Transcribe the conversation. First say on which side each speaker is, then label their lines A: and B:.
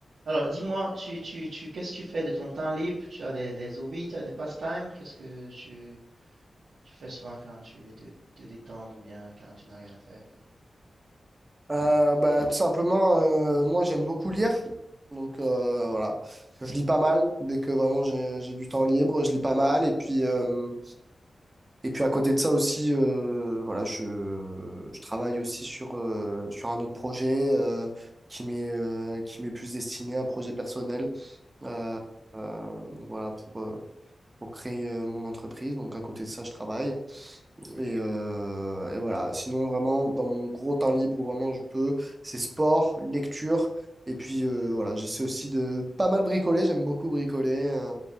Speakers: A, on the right; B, on the right.
A: Alors, dis-moi, tu, tu, tu, qu'est-ce que tu fais de ton temps libre? Tu as des, des hobbies, tu as des pastimes? Qu'est-ce que tu, tu fais souvent quand tu veux te, te détendre ou bien quand tu n'as rien à faire, quoi?
B: Euh, bah, tout simplement, euh, moi j'aime beaucoup lire. Donc euh, voilà, je lis pas mal. Dès que vraiment j'ai j'ai du temps libre, je lis pas mal. Et puis, euh, et puis à côté de ça aussi, euh, voilà, je, je travaille aussi sur, euh, sur un autre projet euh, qui m'est euh, qui m'est plus destiné à un projet personnel. Euh, euh, donc voilà, pour, euh, pour créer euh, mon entreprise. Donc à côté de ça, je travaille. Et, euh, et voilà. Sinon, vraiment, dans mon gros temps libre où vraiment je peux, c'est sport, lecture. Et puis euh, voilà, j'essaie aussi de pas mal bricoler. J'aime beaucoup bricoler, euh,